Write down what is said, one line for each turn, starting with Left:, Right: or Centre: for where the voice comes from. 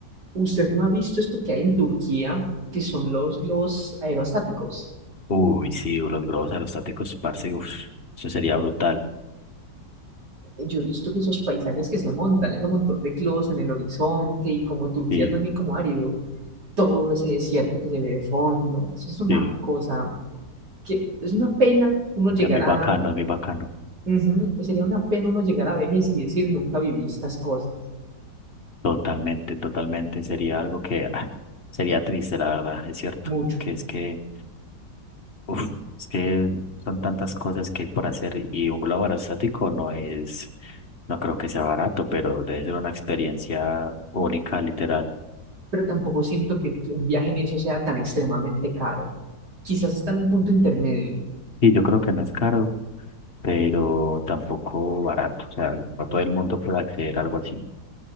Right: ¿Usted no ha visto esto que hay en Turquía, que son los globos aerostáticos?
Left: Uy, sí, los globos aerostáticos, parce, uf, eso sería brutal.
Right: Yo he visto que esos paisajes que se montan, ese montón de globos en el horizonte y como Turquía
Left: Sí,
Right: es más bien como árido, todo ese desierto que se ve de fondo. Eso es una
Left: sí,
Right: cosa que es una pena uno llegar
Left: es muy
Right: a,
Left: bacano, es muy bacano.
Right: ujú, sería una pena uno llegar a vejez y decir nunca viví estas cosas
Left: Totalmente, totalmente. Sería algo que ah, sería triste, la verdad, es cierto.
Right: mucho,
Left: Que es que, uf, es que son tantas cosas que hay por hacer y un globo aerostático no es, no creo que sea barato, pero debe ser una experiencia única, literal.
Right: pero tampoco siento que un viaje en eso sea tan extremadamente caro. Quizás está en un punto intermedio,
Left: Y yo creo que no es caro, pero tampoco barato. O sea, no todo el mundo puede acceder a algo así.